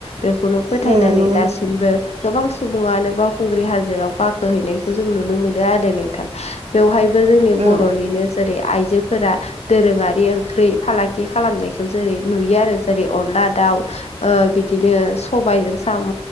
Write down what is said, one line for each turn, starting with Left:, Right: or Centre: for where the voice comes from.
Left: बेखौनो फोथायनानै
Right: औ नंगौ
Left: दासिमबो
Right: नोंथां
Left: गोबां सुबुङानो बावखुंग्रि हाजोआव गाखोहैनायखौ जों नुनो मोनो आरो नोंथां बेवहायबो जोंनि
Right: औ
Left: बर'निनो जेरै आइजोफोरा दोरोङारि ओंख्रि फालांगि खालामनायखौ जेरै नुयो आरो जेरै अनला दाउ ओ बिदिनो सबायजों साम'